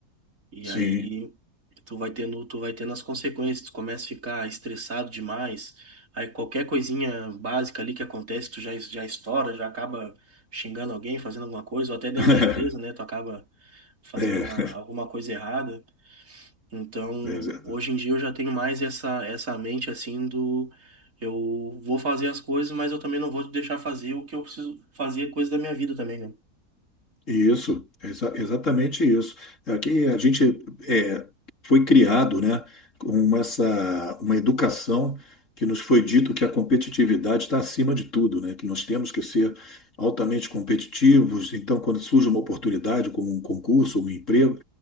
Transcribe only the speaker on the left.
Sim.
<laughs>
É,
é,
é, é.
Isso, exa- exatamente isso. Aqui a gente é, foi criado, né, com essa uma educação que nos foi dito que a competitividade está acima de tudo, né, que nós temos que ser altamente competitivos. Então, quando surge uma oportunidade, como um concurso, um emprego,